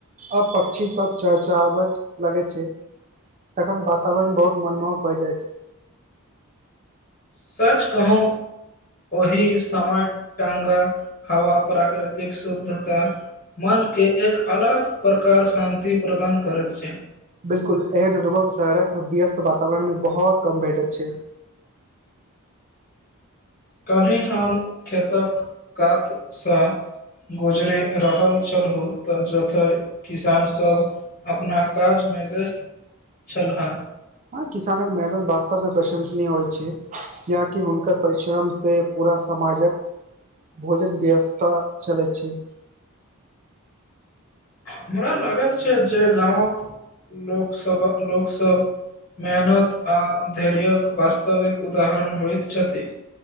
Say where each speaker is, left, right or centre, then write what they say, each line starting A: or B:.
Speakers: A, on the right (about 35°); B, on the left (about 40°).
A: आ पक्षी सब चहचहावट लागै छै तखन वातावरण बहुत मनमोहक भए जाइत छै
B: सच कहूँ ओहि समय टााँंगा हवा प्राकृतिक शुद्धता मनके एक अलग प्रकार शान्ति प्रदान करैत छै
A: बिल्कुल एहन अनुभव शहरक व्यस्त वातावरणमे बहुत कम भेटैत छै <inaudible>
B: कनि हम खेतक कातसँ गुजरे रहल छलहु तऽ जतय किसानसभ अपना काजमे व्यस्त छलए हा
A: हँ किसानक मेहनत वास्तवमे प्रशंसनीय होइ छै किआाकि हुनकर परिश्रम से पूरा समाजक भोजन व्यवस्थता चलै छै
B: हमरा लागत छै जे गाँवक लोकसभ लोकसभ मेहनत आ धैर्य्यक वास्तविक उदाहरण होइत छथि